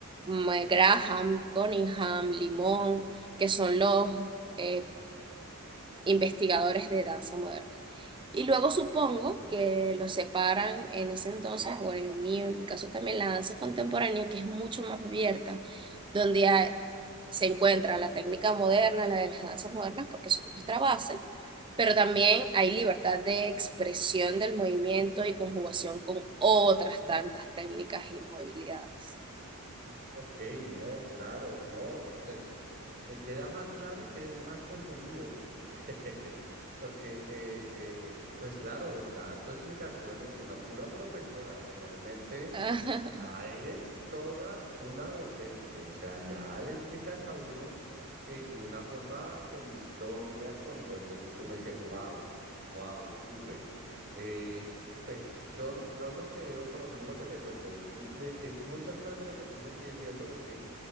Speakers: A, on the right; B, on the right.
A: mm, eh, Graham, Cunningham, Limón, que son los eh, investigadores de danza moderna. Y luego supongo
B: Ok.
A: que los separan en ese entonces, o en el mío, en mi caso también, la danza contemporánea, que es mucho más abierta, donde hay- se encuentra la técnica moderna, la de las danzas modernas, porque son nuestra base, pero también hay libertad de expresión del movimiento y conjugación con otras tantas técnicas y movilidades.
B: Ok, no, claro, no, pues me queda más claro y quedé más confundido porque, <laughs> porque eh, eh, pues claro, ya tu explicación es de una pura profesora, realmente
A: <laughs>
B: Ya eres toda una docente, o sea, ya le explicas a uno eh, de una forma con historia, con todo. Entonces uno dice, wow, wow, súper. Eh, pues yo, yo lo que veo, por lo menos lo que te cuento, eh, le- eh, muchas cosas de lo que tú dices sí es cierto, porque